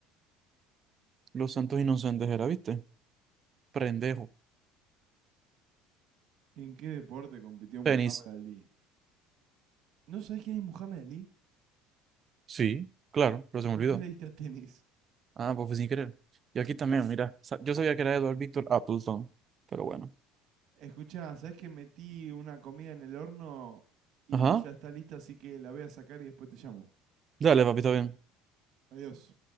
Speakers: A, on the right (about 35°); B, on the right (about 60°).
A: Los Santos Inocentes era, ¿viste? Prendejo.
B: ¿En qué deporte compitió Muhammad
A: Tenis.
B: Ali? ¿No sabés quién es Muhammad Ali?
A: Sí, claro, pero
B: ¿Y
A: se
B: por
A: me olvidó.
B: qué le diste a tenis?
A: Ah, pues fue sin querer. Y aquí también, mira. sa- Yo sabía que era Edward Victor Appleton. Pero bueno.
B: Escuchá, ¿sabés que metí una comida en el horno y
A: Ajá.
B: ya está lista, así que la voy a sacar y después te llamo?
A: Dale, papito, bien.
B: Adiós.